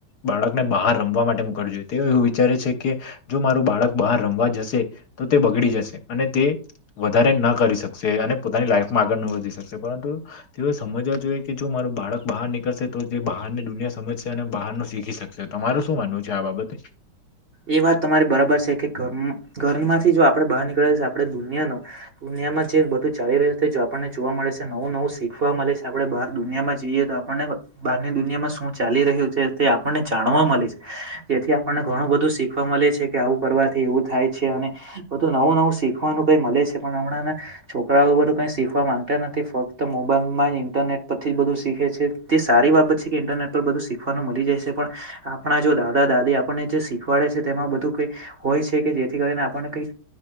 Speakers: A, on the left; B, on the right.
A: બાળકને બહાર રમવા માટે મોકલવુ જોઈએ તેઓ એવું વી વિચારે છે કે જો મારું બાળક બહાર રમવા જશે તો તે બગડી જશે અને તે વધારે જ ન કરી શકશે અને પોતાની લાઈફમાં આગળ ન વધી શકશે પરંતુ તેઓ સમજવા જોઈએ કે જો મારુ બાળક બહાર નીકળશે તો તે બહાર ની દુનિયા સમજશે અને બહાર નું શીખી શકશે તમારુ શું માનવું છે આ બાબતે
B: એ વાત તમારી બરાબર છે કે ઘર મ ઘરમાંથી જો આપડે બહાર નીકળે છે આપડે દૂ નિયાનો દુનિયામાં જે બધું ચાલી રહ્યું છે આપણને જોવા મળે છે નવું નવું શીખવા મળે છે આપણે બહાર દુનિયામાં જઈએ તો આપણને બહારની દુનિયામાં શું ચાલી રહ્યું છે તે આપણને જાણવા મલે છે જેથી આપણને ઘણું બધું ધું શીખવા મળે છે કે આવું કરવાથી એવું થાય છે અને બધું નવું નવું શીખવાનું ક ઈ મલે છે પણ હમણાં ના છોકરાઓ બધું કઈ શીખવા માંગતા નથી ફક્ત મોબાઈલ માં જ ઇન્ટરનેટ પરથી બઘુ શીખે છે તે સારી બાબત છે કે ઇન્ટરનેટ પર બધું શીખવાનું મલી જાય છે પણ આપણા જો દાદા દાદી આપડને જે શીખવાડે છે તેમાં બધું કઈ હોય છે કે જેથી કરીને આપડને કઈ